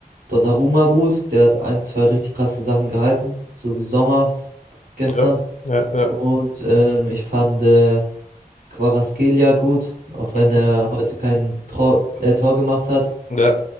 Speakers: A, on the right; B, on the left.
A: Donnarumma gut, der hat ein, zwei richtig krasse Sachen gehalten, so wie Sommer gestern.
B: ja, ja, ja,
A: Und ähm, ich fand äh, Kvaratskhelia gut, auch
B: mhm,
A: wenn er heute kein Tor, äh, Tor gemacht hat,
B: ja,